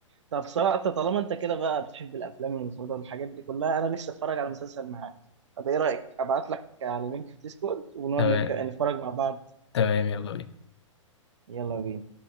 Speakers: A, on the right; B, on the left.
A: طب صراحة طالما انت كده بقى بتحب الافلام والمسلسلات والحاجات دي كلها انا نفسي اتفرج على مسلسل معاك طب ايه رايك ابعت لك على لينك في ديسكورد ونقعد
B: تمام
A: نك- نتفرج مع بعض
B: تمام يلا بينا
A: يلا بينا